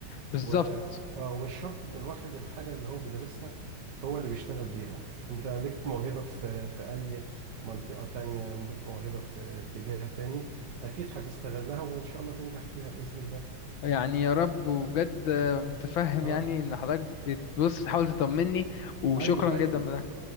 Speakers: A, on the left (about 70°); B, on the right (about 60°).
A: بالظبط
B: و اه ومش شرط ان الواحد الحاجه اللي هو بيدرسها هو اللي بيشتغل بيها انت ليك موهبه في في اي منطقه تانية ليك موهبه في اتجاه تاني اكيد هتستغلها وان شاء الله تنجح فيها باذن الله
A: يعني يا رب وبجد متفهم
B: اه
A: يعني إن حضرتك بتبص تحاول تطمني وشكرا
B: ايوه
A: جدا
B: ايوه